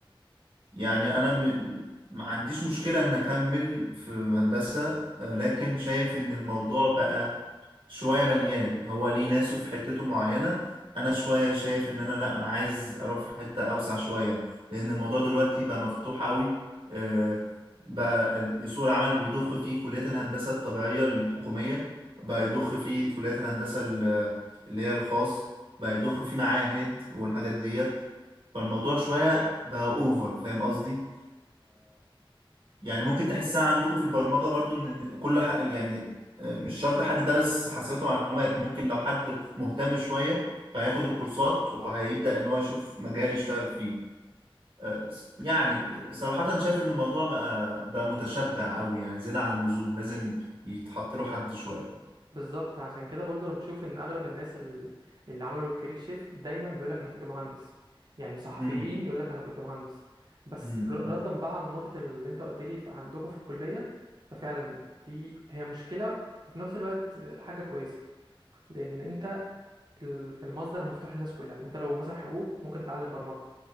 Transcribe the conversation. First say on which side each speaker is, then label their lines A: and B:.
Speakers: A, on the right; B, on the right.
A: يعني انا م... ما عنديش مشكلة ان اكمل في هندسة أه، لكن شايف ان الموضوع بقى شوية مليان هو ليه ناسه في حتته معينة أنا شوية شايف إن أنا لأ أنا عايز أروح في حتة أوسع شوية لأن الموضوع دلوقتي بقى مفتوح أوي آه، بقى ال- سوق العمل بيضخ فيه كليات الهندسة الطبيعية الحكومية بقى يضخ فيه كليات الهندسة ال- اللي هي الخاص بقى يضخ فيه معاهد والحاجات ديت فالموضوع شوية بقى أوفر فاهم قصدي؟ يعني ممكن تحسها عندكم في البرمجة برضو ان كل ح... يعني آه، مش شرط حد درس حاسبات ومعلومات ممكن لو حد مهتم شوية فهياخد الكورسات وهيبدأ ان هو يشوف مجال يشتغل فيه آه، س- يعني صراحة شايف ان الموضوع بقى بقى متشبع قوي يعني زيادة عن اللزوم لازم يتحط له حد شوية
B: بالظبط عشان كده برضو انا بشوف ان اغلب الناس ال- اللي عملوا الكارير شيفت دايما بيقول لك انا كنت مهندس يعني صحفيين
A: امم
B: يقول لك انا كنت مهندس بس
A: امم
B: ر- ردا بقى على نقطة اللي انت قلت لي عندكم في الكلية ففعلا دي هي مشكلة وفي نفس الوقت حاجة كويسة لان انت ال- المصدر مفتوح للناس كلها انت لو مثلا حقوق ممكن تتعلم برمجة